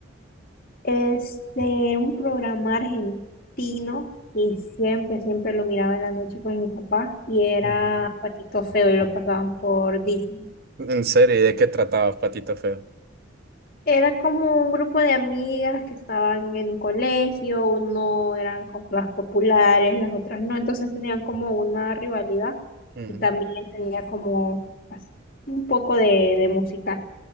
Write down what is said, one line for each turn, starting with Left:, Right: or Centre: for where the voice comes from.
Left: es de un programa argentino y siempre, siempre lo miraba en la noche con mi papá y era
Right: Ujú.
Left: Patito Feo y lo pasaban por Disney.
Right: En serio, ¿y de qué trataba Patito Feo?
Left: Era como un grupo de amigas que estaban en un colegio, uno eran como las populares, las otras no, entonces tenían como una rivalidad
Right: Ujú.
Left: y también tenía como así, un poco de, de musical.